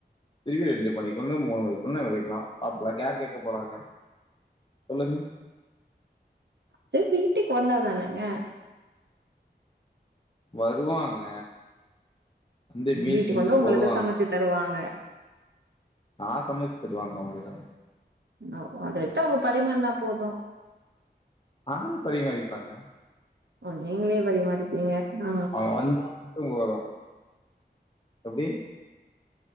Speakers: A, on the left (about 30°); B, on the right (about 80°).
A: திரும்பி ரெண்டு மணிக்கு ஒன்னு மூணு மணிக்கு ஒன்னு வைக்கலா சாப்புல்லா யார் கேக்க போறாங்க சொல்லுங்க
B: து வீட்டுக்கு வந்தாதானங்க
A: வருவாங்க வந்து மீல்
B: வீட்டுக்கு
A: செஞ்சு
B: வந்தா உங்களுக்கு
A: போடுவாங்க
B: சமச்சு தருவாங்க
A: நா சமச்சி தருவ அவங்களுக்கு
B: அப்போ அத எடுத்து அவங்க பரிமாறுனா போது
A: நானே பரிமாறிப்பங்க
B: ஓ நீங்ளே பரிமாறிப்பீங்க ஆ
A: அவுங்க வந்தா மட்டும் போதும் எப்டி